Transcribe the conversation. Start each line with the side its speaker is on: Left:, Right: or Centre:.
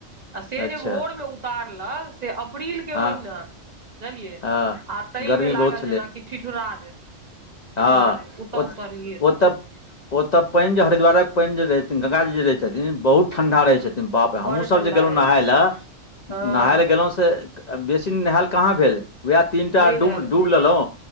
Right: आ से
Left: अच्छा
Right: जे भोरमे उ उतारलक, से अप्रिलके
Left: हँ
Right: महिना बुझलियै
Left: हँ
Right: आ तैयमे
Left: गर्मी
Right: लागल
Left: बहुत
Right: जेना कि ठिठुरा देत। ठिठुरा
Left: ह
Right: देत ओतऽ
Left: ओत
Right: उतरलियै
Left: -ओतऽ-
Right: तऽ
Left: ओतऽ पानि जे हरिद्वारक पानि जे रहैय थिन गंगा जी जे रहैय छथिन, बहुत ठंडा रहैय छथि न बाप रे हमहुँ
Right: बड
Left: सब
Right: ठंडा
Left: जे गेलहु
Right: रहै
Left: नहाय
Right: छै
Left: ल,
Right: हँ
Left: नहाय ल गेलहु स से बेसी नहैल कहा भेल। वैह तीन टा
Right: नहि
Left: डुम
Right: नहायल
Left: डुब
Right: छै
Left: लेलों,